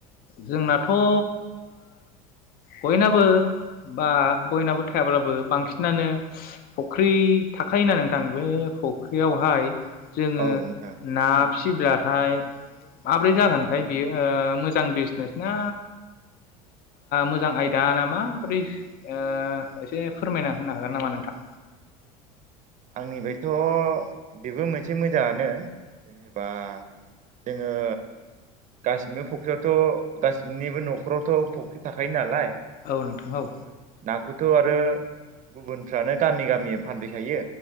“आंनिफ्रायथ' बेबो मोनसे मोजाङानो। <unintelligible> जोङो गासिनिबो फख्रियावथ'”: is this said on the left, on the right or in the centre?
Right